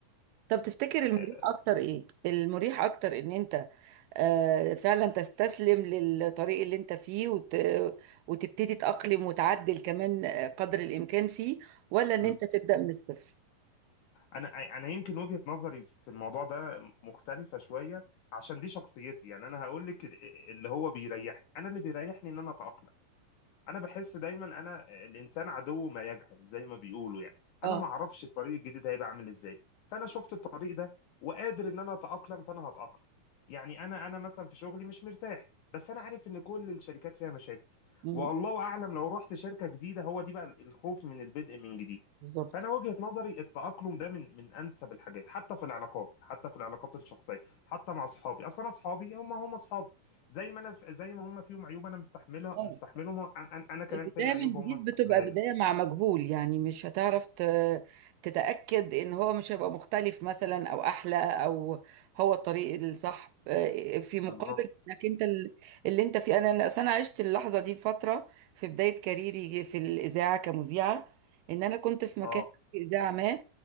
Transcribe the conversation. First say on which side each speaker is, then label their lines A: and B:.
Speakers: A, on the right; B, on the left.
A: طب تفتكر
B: آه،
A: المريح اكتر ايه المريح اكتر ان انت آه، فعلا تستسلم للطريق اللي انت فيه وت... وتبتدي تأقلم وتعدل كمان آه، قدر الامكان فيه ولا ان
B: م.
A: انت تبدأ من الصفر
B: انا انا يمكن وجهة نظري في الموضوع ده مختلفة شوية عشان دي شخصيتي يعني انا هقول لك ال- اللي هو بيريحني انا اللي بيريحني ان انا اتاقلم انا بحس دايما انا الانسان عدو ما يجهل زي ما بيقولوا يعني انا
A: اه
B: ما اعرفش الطريق الجديد هيبقى عامل ازاي فانا شفت الطريق ده وقادر ان انا اتاقلم فانا هتاقلم يعني انا انا مثلا في شغلي مش مرتاح بس انا عارف ان كل الشركات فيها مشاكل
A: مم.
B: والله اعلم لو رحت شركه جديده هو دي بقى الخوف من البدء من جديد
A: بالظبط
B: فانا وجهه نظري التاقلم ده من من انسب الحاجات حتى في العلاقات حتى في العلاقات الشخصيه حتى مع اصحابي اصلا اصحابي هم هم اصحابي زي ما انا في... زي ما هم فيهم عيوب انا مستحملها
A: اه.
B: مستحملهم أنا... أنا أنا كمان
A: البداية
B: في عيوب
A: من جديد
B: هم مستحملينها
A: بتبقى بداية مع مجهول يعني مش هتعرف ت- تتأكد إن هو مش هيبقى مختلف مثلا أو أحلى أو هو الطريق الصح آه، في مقابل
B: بالظبط
A: إنك أنت ال- اللي أنت فيه أنا أنا أصل أنا عشت اللحظة دي فترة في بداية كاريري في الإذاعة كمذيعة إن أنا كنت في مكان
B: اه
A: في إذاعة ما